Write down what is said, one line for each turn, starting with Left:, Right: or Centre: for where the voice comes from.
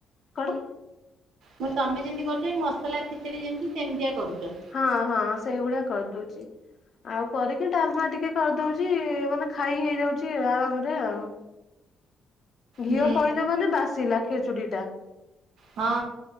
Left: କଣ?
Right: ମୁଁ କହିଲି ତମେ ଯେମିତି କରଛ ଏଇ ମସଲା ଖେଚିଡ଼ି ଯେମିତି ସେମିତିଆ କରୁଛ।
Left: ହଁ ହଁ ସେଇଭଳିଆ କରିଦଉଚି। ଆଉ କରିକି ଡାଲମା ଟିକେ କରିଦଉଛି ମାନେ ଖାଇ ହେଇଯଉଛି ଆରାମରେ ଆଉ। ଘିଅ
Right: ହୁଁ
Left: ପଇଲା ବୋଲି ବାସିଲା ଖେଚୁଡ଼ି ଟା।
Right: ହଁ